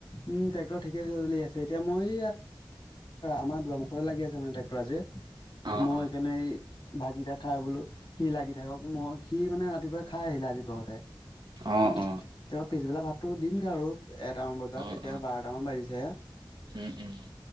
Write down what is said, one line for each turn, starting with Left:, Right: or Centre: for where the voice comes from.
Left: উম ট্ৰেক্টৰ ঠিকে চলি আছে এতিয়া মই আমাৰ দোৱামুখতে লাগি আছে মানে ট্ৰেক্টৰ আজ যে
Right: অ',
Left: মই
Right: অ'।
Left: সেইকাৰণে এই <unintelligible> ভাত গিতা খাই বোলো সি লাগি থাকক মই সি মানে ৰাতিপুৱাই খাই আহিলে আজি ঘৰতে
Right: অ',
Left: উম
Right: অ'।
Left: তাপা পিছবেলা ভাতটো দিমগে আৰু এটামান বজাত
Right: অ',
Left: এতিয়া
Right: অ',
Left: বাৰটামান বাজিছে যে
Right: উম উম